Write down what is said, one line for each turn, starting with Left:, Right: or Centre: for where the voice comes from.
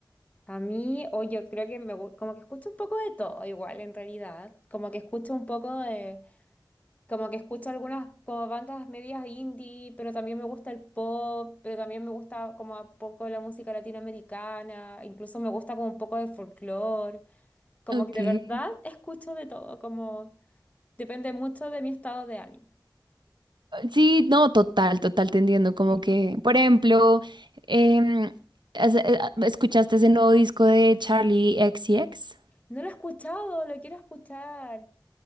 Left: A mí, o yo creo que me gu- como que escucho un poco de todo igual en realidad, como que escucho un poco de, como que escucho algunas como bandas medias indie, pero también me gusta el pop, pero también me gusta como a poco la música latinoamericana, incluso me gusta como un poco de folclore, como
Right: Okay.
Left: que de verdad escucho de todo, como depende mucho de mi estado de ánimo.
Right: Sí, no, total, total, te entiendo. Como
Left: Sí.
Right: que, por ejemplo, em, has- eh, ¿escuchaste ese nuevo disco de Charlie XCX?
Left: No lo he escuchado, lo quiero escuchar.